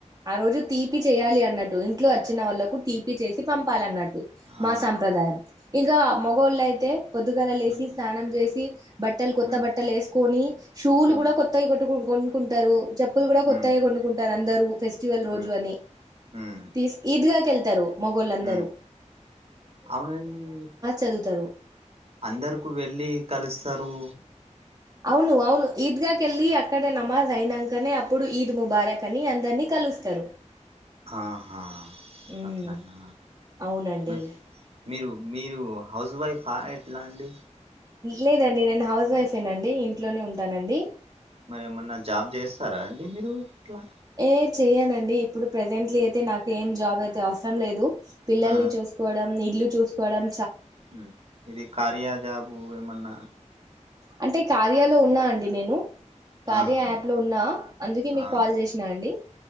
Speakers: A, on the right (about 30°); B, on the right (about 55°).
A: ఆ రోజు తీపి చేయాలి అన్నట్టు. ఇంట్లో వచ్చిన వాళ్లకు, టీపీ చేసి పంపాలన్నట్టు. టు, మా
B: ఆ
A: సాంప్రదాయం. ఇంకా మూగోలు అయితే పొద్దుగల లేసి,
B: మ్
A: స్నానం చేసి. బట్టలు, కొత్త
B: మ్
A: బట్టలు ఎసుకొని. షూలు
B: మ్
A: గూడా కొత్తాయి కొట్టుకు కొనుకుంటారు. చెప్పులు గూడా
B: మ్
A: కొత్తాయి కొనుకుంటారు. అందరూ ఫెస్టివల్
B: మ్
A: రోజు అని
B: మ్
A: తీస్క్ ఈద్ దగా వెళ్తా. మూగోలు అందరూ.
B: మ్ అవునండి,
A: చదువుతారు
B: అందుకు వెళ్లి కలుస తారు.
A: అవును, అవును ఈద్ గా కెలి. అక్క ఇక్కడ దే నమాజ్. అయినంకా నే, అప్పుడు ఈద్ ముబారక్ అని అందరినీ కలుస్తారు.
B: ఆహా,
A: ఉమ్,
B: అట్లానా.
A: అవునండి
B: మేహా మీరు. మీరు హౌస్ వైఫ్ ఆ? ఎట్లా అండి.
A: లేదండి నేను, హౌస్ వైఫేనండి. ఇంట్లోనే ఉంటానండి.
B: మరి ఏమన్నా జాబ్ చేస్తారా, అండి మీరు? ఇట్లా.
A: ఏ చెయ్యనండి. ఇప్పుడు ప్రెజెంట్లీ అయితే, నాకు ఏం జాబ్ అయితే అవసరం లేదు. పిల్లల్ని
B: ఆ
A: చూసుకోడం, ఇల్లు చూసుకోడం.
B: హ్మ్మ్, ఇది కార్య జాబు ఏమన్నా?
A: అంటే, కార్యాలో ఉన్నా అండి నేను. కార్య
B: ఆహా
A: యాప్ లో ఉన్నా, అందుకే మీకు
B: ఆ
A: కాల్ జేశిన అండి.